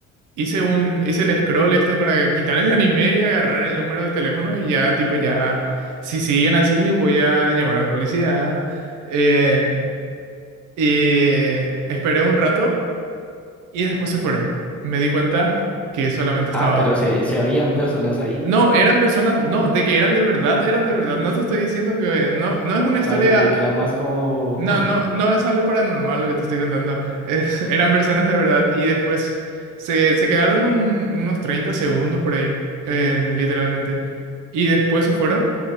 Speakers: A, on the right (about 80°); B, in the centre.
A: hice un, hice el scroll este para quitar el anime y agarrar el número de teléfono y ya tipo ya, si siguen así voy a llamar a la policía. Eh, y esperé un rato y después se fueron. Me di cuenta que solamente
B: Ah,
A: estaba...
B: pero si, si habían personas ahí.
A: No, eran personas, no, de que eran de verdad, eran de verdad. No te estoy diciendo que no, no es una historia,
B: Ah, yo creí que era más como...
A: no,
B: <laughs>
A: no, no es algo paranormal lo que te estoy contando. Es- <laughs> eran personas de verdad y después se, se quedaron un- unos 30 segundos por ahí, eh, literalmente. Y después se fueron